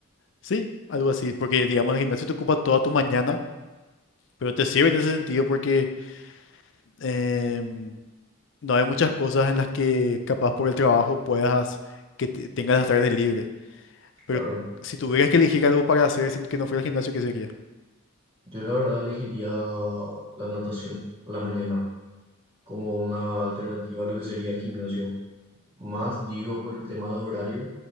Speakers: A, on the left; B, on the right.
A: sí, algo así, porque digamos el gimnasio te ocupa toda tu mañana, pero te sirve en ese sentido porque em, no hay muchas cosas en las que capaz por el trabajo puedas, que te- tengas la tarde libre. Pero
B: Claro.
A: si tuvieras que elegir algo para hacer sin que no fuera el gimnasio, ¿qué sería?
B: Yo la verdad elegiría la natación a la mañana como una alternativa a lo que sería el gimnasio. Más digo por el tema de horario,